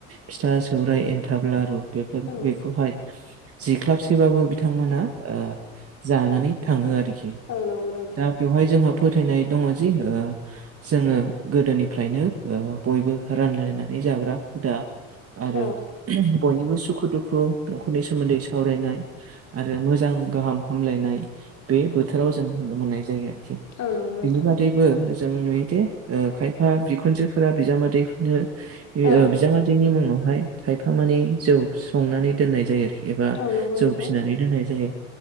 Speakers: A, on the right; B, on the left.
A: फिथा, सौराइ, एन्थाब, लारु बेफोर
B: औ
A: बेखौहाय जिख्लाबसेबाबो बिथांमोना ओ जानानै थाङो आरोखि।
B: औ नंगौ नोंथां
A: दा बेवहाय जोंहा फोथायनाय दङ' जि जोङो गोदोनिफ्रायनो ओ बयबो रानलायनानै जाग्रा हुदा आरो
B: औ
A: बयनिबो सुखु दुखु न'खरनि सोमोन्दै सावरायनाय आरो मोजां गाहाम हामलायनाय बे बोथोराव जों नुनो मोननाय जायो आरोखि।
B: औ नंगौ नोंथां
A: बिनि बादैबो जों नुयोदे ओ खायफा बिखुनजो फोरा बिजामादैफोनो
B: औ
A: ओ बिजामादै दैनि मुङावहाय खायफा मानि जौ संनानै दोननाय जायो आरोखि। एबा
B: औ नंगौ
A: जौ
B: नोंथां
A: फिनानै दोननाय जायो।